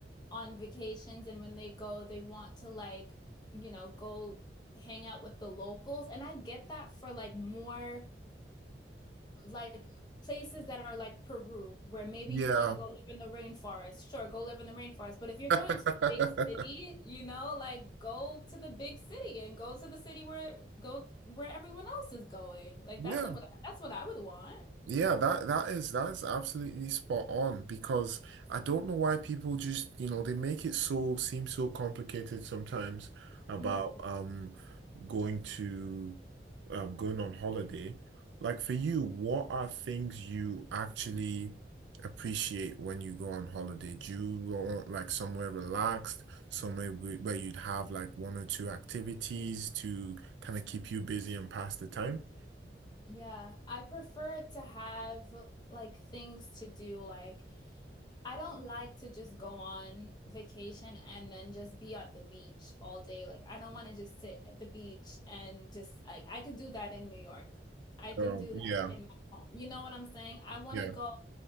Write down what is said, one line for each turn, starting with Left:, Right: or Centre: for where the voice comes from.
Left: on vacations and when they go they want to like, you know, go hang out with the locals and I get that for like more like places that are like Peru, where maybe
Right: Yeah.
Left: you want to go live in the rainforest. Sure, go live in the rainforest. But if you're
Right: <laughs>
Left: going to a big city, you know, like go to the big city and go to the city where go where everyone else is going. Like
Right: Yeah.
Left: that's what that's what I would want.
Right: Yeah, that that is that is absolutely spot on because I don't know why people just, you know, they make it so seem so complicated sometimes about
Left: Mhm.
Right: um going to um, going on holiday. Like for you, what are things you actually appreciate when you go on holiday? Do you want like somewhere relaxed, somewhere where where you'd have like one or two activities to kind of keep you busy and pass the time?
Left: Yeah, I prefer to have like things to do like I don't like to just go on vacation and then just be at the beach all day. Like, I don't want to just sit at the beach and just like I could do that in New York. I can
Right: Um,
Left: do that
Right: yeah,
Left: in my home. You know what I'm saying? I want
Right: yeah.
Left: to go.